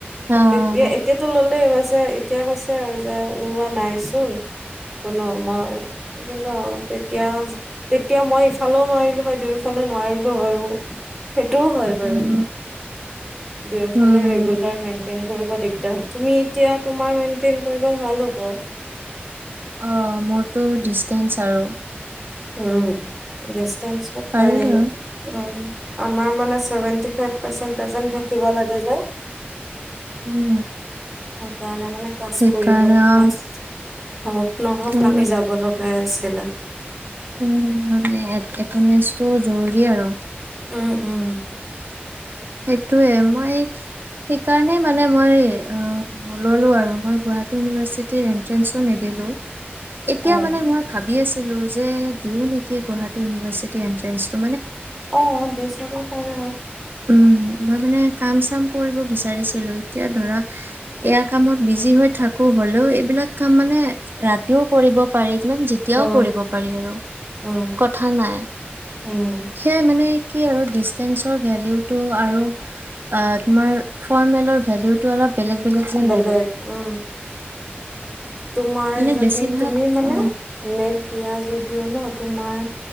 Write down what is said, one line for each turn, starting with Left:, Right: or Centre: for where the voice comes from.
Right: আহ,
Centre: তেতিয়া এতিয়াতো ল'লে এ এতিয়া কৈছে আৰু যে ওলোৱা নাইচোন কোনো মই বোলো তেতিয়া তেতিয়া মই ইফালেও নোৱাৰিলো হয় দুয়োফালে নোৱাৰিলো হয়ও সেইটোও হয় বাৰু
Right: উম,
Centre: দুয়োফালে
Right: উম,
Centre: ৰেগুলাৰ মেইনটেইন কৰিব দিগদাৰ তুমি এতিয়া। তোমাৰ মেইনটেইন কৰিব ভাল হ'ব।
Right: অঁ মোৰতো ডিচষ্টেঞ্চ চাৰ
Centre: উম ডিচটেন্স
Right: পাৰিলো
Centre: পাৰি
Right: আৰু
Centre: উম আমাৰ মানে চেভেনটি ফাইভ পৰ্চেন প্ৰেজেন্ থাকিব লাগে যে
Right: উম
Centre: সেইকাৰনে মানে পাছ
Right: সেইকাৰণে
Centre: কৰিব কাষ্ট
Right: অ'
Centre: হওক নহওক
Right: ত'
Centre: আমি
Right: মা-
Centre: যাব লগাই আছে খেলা
Right: উম মানে এত্তেন্দেন্সটো জৰুৰী আৰু
Centre: উম উম
Right: সেইটোয়ে মই সেইকাৰণেই মানে মই অ নললো আৰু মই গুৱাহাটী ইউনিভাৰ্চিটিৰ এণ্ট্ৰেঞ্চো নিদিলোঁ এতিয়া
Centre: অ
Right: মানে মই ভাবি দি আছিলো যে দিও নেকি গুৱাহাটী ইউনিভাৰ্চিটি এন্ট্ৰেন্ টো
Centre: অ দি চাব পাৰ।
Right: উম মই মানে কাম চাম কৰিব বিচাৰিছিলো এতিয়া ধৰা এয়া কামত বিজি হৈ থাকো হলেও এইবিলাক কাম মানে ৰাতিও কৰিব পাৰি কিছুমান যেতিয়াও
Centre: উম
Right: কৰিব পাৰি আৰু
Centre: উম
Right: কথা নাই
Centre: উম
Right: সেয়াই মানে। কি আৰু ডিচষ্টেঞ্চৰ। ভেলিউটো আৰু আহ‌ তোমাৰ ফৰ্মেল ভেলিউটো অলপ বেলেগ বেলেগ যেন
Centre: বেলেগ
Right: লাগে
Centre: উম তোমাৰ
Right: মানে
Centre: যদি
Right: বেছিভাগ
Centre: তুমি মানে
Right: অ
Centre: নেট দিয়া যদিও ন তোমাৰ